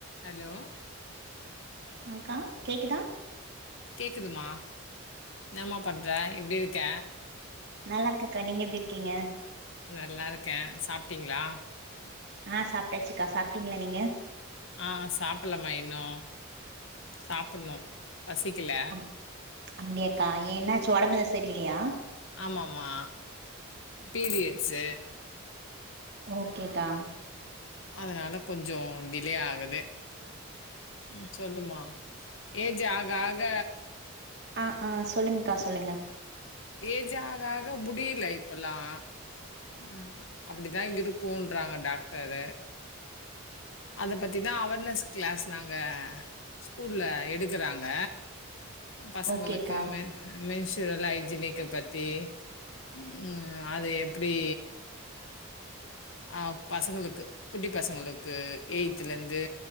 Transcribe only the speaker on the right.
ஆக்கா கேக்குதா
நல்லா இருக்கேங்க்கா நீங்க எப்டி இருக்கீங்க
ஆ சாப்ட்டாச்சுக்கா சாப்பிட்டீங்ளா நீங்க
அப் அப்டியாக்கா ஏ என்னாச்சு ஒடம்பெது சரில்லயா
ஓகேக்கா
அ ஆ சொல்லுங்க்கா சொல்லுங்க
ஓகேக்கா